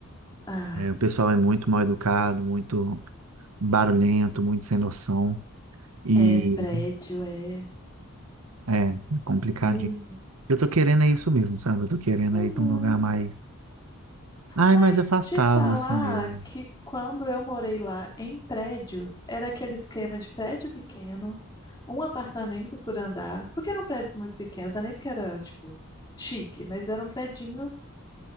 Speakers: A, on the left; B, on the right.
A: Ah,
B: é, o pessoal é muito mal educado, muito barulhento, muito sem noção e
A: é prédio, é.
B: é, é complicadinho.
A: Uhum.
B: Eu tô querendo é isso mesmo, sabe? Eu tô querendo
A: Uhum.
B: é ir para um lugar mais, ai,
A: Mas
B: mais afastado
A: te falar
B: assim mesmo.
A: que quando eu morei lá em prédios, era aquele esquema de prédio pequeno, um apartamento por andar, porque eram prédios muito pequenos, não é nem porque era, tipo, chique, mas eram prédios